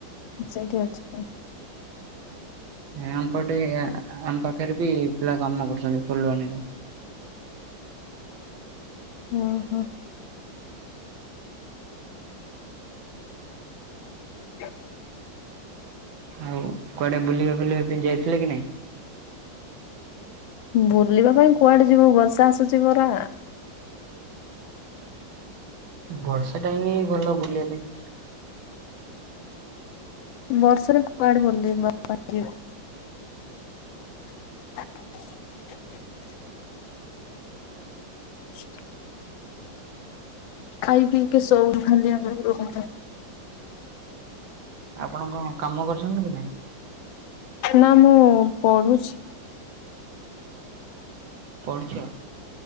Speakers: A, on the left (about 80°); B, on the right (about 90°).
A: ମୁଁ ସେଇଠି ଅଛି।
B: ଏ ଆମ ପଟେ ଆ ଆମ ପାଖରେ ବି ପିଲା କାମ କରୁଚନ୍ତି ଫୁଲବାଣୀରେ।
A: ଓହୋ। <inaudible>
B: ଆଉ କୁଆଡ଼େ ବୁଲିବା ଫୁଲିବା ପାଇଁ ଯାଇଥିଲେ କି ନାଇଁ?
A: ବୁଲିବା ପାଇଁ କୁଆଡ଼େ ଯିବୁ ବର୍ଷା ଆସୁଚି ପରା।
B: ବର୍ଷା ଟାଇମ୍ ଭଲ ବୁଲିବା ପାଇଁ।
A: ବର୍ଷରେ କୁଆଡ଼େ ବୁଲିବା ପାଇଁ ଯି <inaudible> <inaudible> ଖାଇ ପିଇକି ସୋଉ ଖାଲି ଆମେ ଘରେ।
B: ଆପଣଙ୍କ କଣ କାମ କରୁଛନ୍ତି କି ନାଇଁ?
A: ନାଁ ମୁଁ ପଢ଼ୁଛି।
B: ପଢୁ଼ଛ?